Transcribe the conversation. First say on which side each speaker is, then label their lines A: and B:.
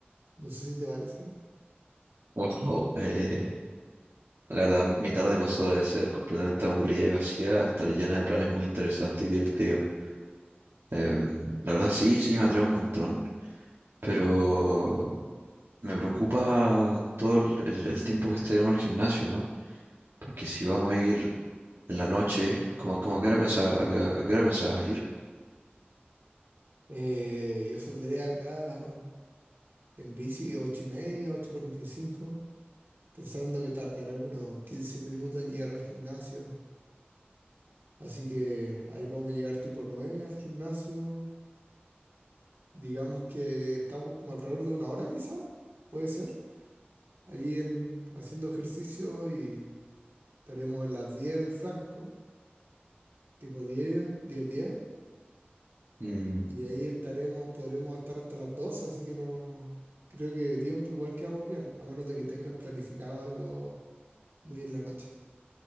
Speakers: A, on the right (about 65°); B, on the right (about 80°).
A: No sé si te parece.
B: Wow, eh, la verdad, mi tarde pasó de ser completamente aburrida y vacía hasta llena de planes muy interesantes y divertidos. Em, la verdad sí, sí, me atrae un montón, pero me preocupa todo el, el- el tiempo que estaremos en el gimnasio, ¿no? Porque si vamos a ir en la noche, como, como a qué hora pensaba- a qué- a qué hora pensabas ir?
A: Eh, yo saldré acá en bici ocho y media, ocho cuarenta y cinco pensando que tardaré unos 15 minutos en llegar al gimnasio. Así que ahí vamos a llegar tipo 9 al gimnasio. Digamos que estamos como alrededor de una hora quizá puede ser. Ahí en, haciendo ejercicio y estaremos a las 10 en el franco. tipo 10 10 diez
B: Mm,
A: Y de ahí estaremos, podremos estar hasta las 12, así que no creo que de tiempo igual quedamos bien, a menos de que tengas planificado algo muy en la noche.